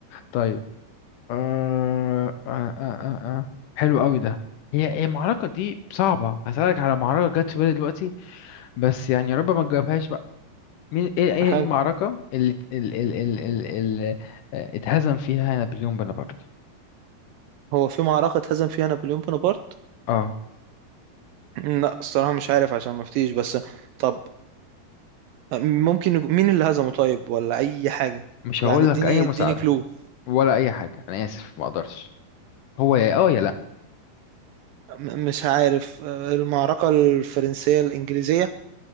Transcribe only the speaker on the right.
حلو
هو في معركة اتهزم فيها نابليون بونابرت
لا الصراحة مش عارف عشان ما افتيش بس طب ممكن يكون- مين اللي هزمه طيب ولا اي حاجة
يعني
اديني
اديني كلو
م- مش عارف آه، المعركة الفرنسية الانجليزية